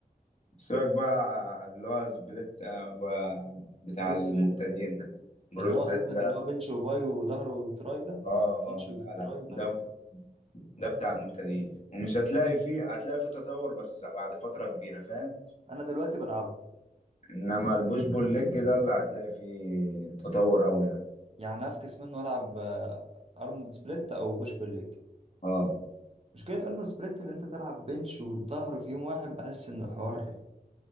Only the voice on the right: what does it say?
بروس
بليت
اللي
هو قصدك
اللي هو بنش وباي وظهر وتراي ده
بنش
وتراي
ده
انا دلوقتي بلعبه
يعني افكس منه العب آه، ارنولد سبليت او بوش بول ليج
مشكلة أرنولد سبريت اللي أنت تلعب بنش والظهر في يوم واحد بحس إن الحوار